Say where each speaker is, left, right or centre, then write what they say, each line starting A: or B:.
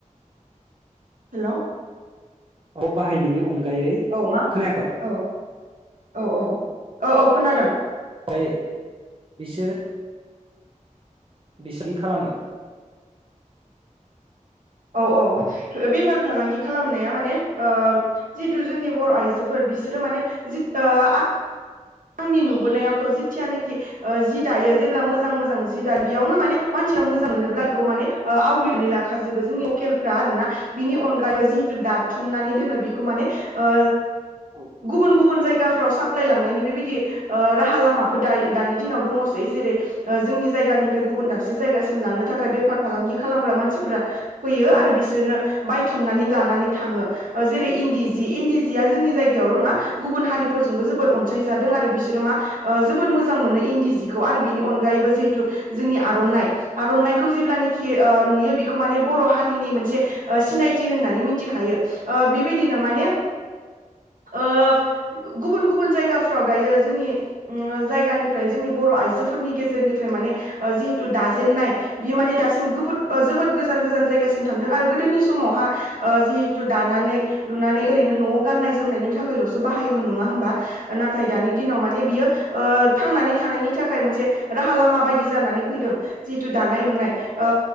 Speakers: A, on the right (about 80°); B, on the right (about 40°).
A: हेलौ
B: औ बाहायनायनि अन गोयै
A: औ मा
B: खोनायाखै‌।
A: औ औ औ औ औ खोनादों।
B: ओइ बिसोर बिसिनि खालामो।
A: औ औ बेफार फालांगि खालामनाया माने ओ जितु जोंनि बर' आइजोफोर बिसोरो माने जि आ आंनि नुबोनायावथ' जिथियानोखि जि दायो जेब्ला मोजां मोजां जि दायो बेयावनो माने मानसिया मोजां मोनोब्ला बेखौ माने ओ आवग्रिनानै लाखाजोबो जोंनि लकेलफ्रा आरोना बिनि अनगायैबो जेथु दाथुमनानै दोनो बेखौ माने ओ
B: औ
A: गुबुन गुबुन जायगाफ्राव साप्लाय लांनायनि बेबायदि दि ओ राहा लामाफोर दा दानि दिनाव दङसै जेरै जोंनि जायगानिफ्राय गुबुन दाबसे जायगासिम लांनो थाखाय बेफार फालांगि खालामग्रा मानसिफोरा फैयो आरो बिसोरनो बायथुमनानै लानानै थाङो ओ जेरै इन्दि जि इन्दि जिया जोंनि जायगायाव नङा
B: औ
A: गुबुन हारि फोरजोंबो जोबोद अनसाय जादों आरो बिसोरो मा जोबोद मोजां मोनो इन्दि जिखौ आरो बिनि अनगायैबो जिहेथु जोंनि
B: औ
A: आरनाइ आरनाइखौ जेब्लानखि ओ नुयो बेखौ मान बर' हारिनि मोनसे सिनायथि होननानै मिथिखायो ओ बेबायदिनो माने ओ गुबुन गुबुन जायगा फ्राव दायो जोंनि ओम जायगानिफ्राय जोंनि बर' आइजोफोरनि गेजेरनिफ्राय माने ओ जिहेथु दाजेननाय बियो माने दासिम जोबोद गोजान गोजान जायगासिम थांदों आरो गोदोनि समावहा ओ जिहेथु दानानै लुनानै ओरैनो न'आव गाननाय जोमनायनि थाखायल'सो बाहायोमोन नङा होमबा? नाथाय दानि दिनाव माने बियो। ओ थांनानै थानायनि थाखाय मोनसे। राहा लामा बायदि जानानै फैदों जेथु दानाय लुनाय ओ